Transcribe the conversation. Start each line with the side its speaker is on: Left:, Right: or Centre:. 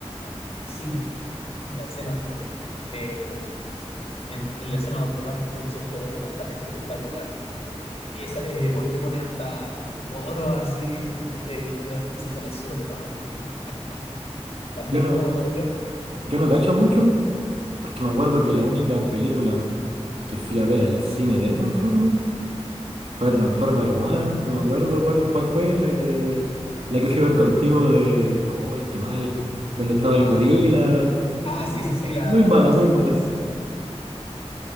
Left: cine y en la escena donde la- eh, en, en la escena donde parte cierto bueno a la mitad espectacular Eh, esa, eh, porque ponen hasta coros así eh, durante esa escena es súper dramático me encanta también
Right: Yo no,
Left: como lo-
Right: yo
Left: ¿Mm?
Right: no cacho mucho, porque me acuerdo que la única película que fui a ver al cine de Transformers fue Transformer One, no me acuerdo cuál, cuál fue la que, la que fui a ver contigo de... ¡Uy, qué mal! Donde estaba
Left: ah
Right: el gorila?
Left: la ah
Right: y-
Left: sí sí sí la
Right: Muy mala,
Left: Rise
Right: muy
Left: of
Right: mala.
Left: the Beast